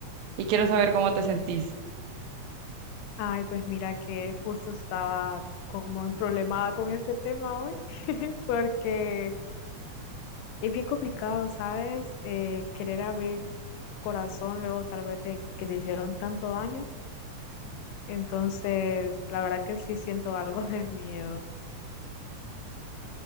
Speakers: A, on the right (about 80°); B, on the left (about 85°).
A: y quiero saber cómo te sentís.
B: Ay, pues mira que justo estaba como en problemada con ese tema hoy, <laughs> porque es bien complicado, ¿sabes? Eh, querer abrir tu corazón luego tal vez de que te hicieron tanto daño. Entonces, la verdad que sí siento algo <laughs> de miedo.